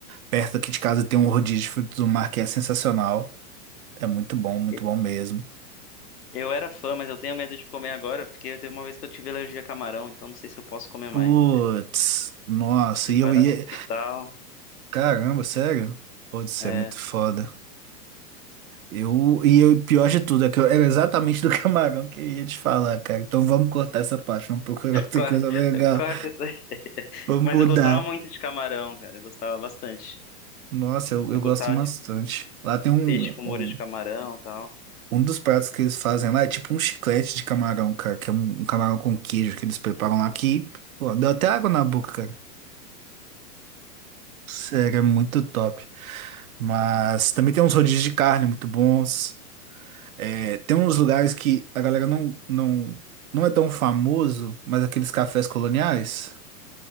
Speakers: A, on the right (about 60°); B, on the left (about 75°).
A: perto aqui de casa tem um rodízio de frutos do mar que é sensacional. É muito bom, muito
B: E-
A: bom mesmo.
B: Eu era fã, mas eu tenho medo de comer agora, porque teve uma vez que eu tive alergia a camarão, então não sei se eu posso comer mais.
A: Putz, nossa,
B: Fui
A: e
B: parar
A: eu ia.
B: no hospital.
A: Caramba, sério? Putz, isso
B: É,
A: é muito foda. Eu, e o pior de tudo é que eu era exatamente do <laughs> camarão que eu ia te falar, cara. Então vamos cortar essa parte, vamos procurar outra
B: Cor-
A: coisa
B: <laughs>
A: legal,
B: corta isso aí.
A: vamos
B: Mas
A: mudar.
B: eu gostava muito de camarão, cara. Eu gostava bastante.
A: Nossa, eu, eu
B: Eu
A: gosto
B: gostava
A: bastante.
B: de
A: Lá tem um,
B: peixe com molho
A: um,
B: de camarão e tal.
A: um dos pratos que eles fazem lá, é tipo um chiclete de camarão, cara, que é um, um camarão com queijo que eles preparam lá que, pô, deu até água na boca, cara. Sério, é muito top. Mas também tem uns rodízios de carne muito bons. É, tem uns lugares que a galera não, não, não é tão famoso, mas aqueles cafés coloniais.